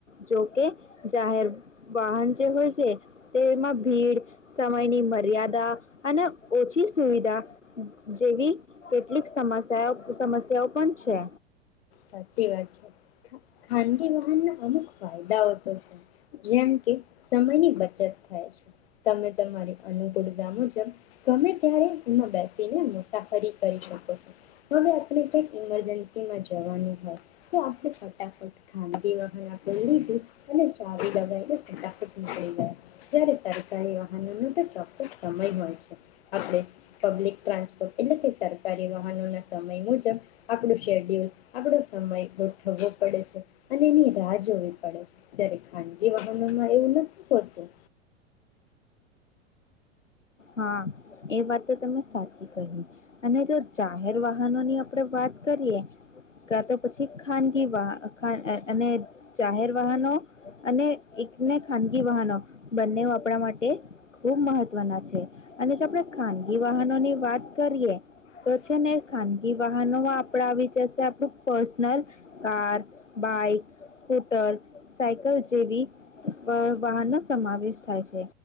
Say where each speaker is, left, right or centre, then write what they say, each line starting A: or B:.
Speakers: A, on the left; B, on the left.
A: જોકે જાહેર વાહન જે હોય છે, તેમાં ભીડ સમયની મર્યાદા અને ઓછી સુવિધા. જેવી કેટલીક સમસ્યા, સમસ્યાઓ પણ છે.
B: સાચી વાત છે, ખાનગી વાહન ના અમુક ફાયદાઓ. જેમ કે સમયની બચત, થાય છે. તમે તમારી અનુકૂળતા મુજબ ગમે ત્યારે એમાં બેસીને મુસાફરી કરી શકો છો, હવે આપણે ક્યાક ઇમરજન્સીમાં. હો, તો આપણે ફટાફટ ખાનગી વાહન આપણે લીધું અને ચાવી લગાવીને ફટાફટ નીકળી ગયા જ્યારે સરકારી વાહનોનો તો ચોક્કસ સમય હોય છે, આપણે પબ્લિક ટ્રાન્સપોર્ટ એટલે કે સરકારી વાહનો ના સમય મુજબ આપણું શેડ્યુલ. આપણો સમય ગોઠવવો પડે છે અને એની રાહ જોવી પડે છે જ્યારે ખાનગી વાહનોમાં એવું નથી હોતું.
A: હા એ વાત તો તમે સાચી કહી અને જો જાહેર વાહનો ની આપણે વાત કરીએ ક તો પછી ખાનગી વા અને જાહેર વાહનો અને એકને ખાનગી વાહનો બંને આપણા માટે ખૂબ મહત્વના છે. ખાનગી વાહનોની વાત કરીએ તો છે ને ખાનગી વાહનોમાં આપ આવીચશે આપણું personal car bike scooter cycle જેવી વાહનોનો સમાવેશ થાય છે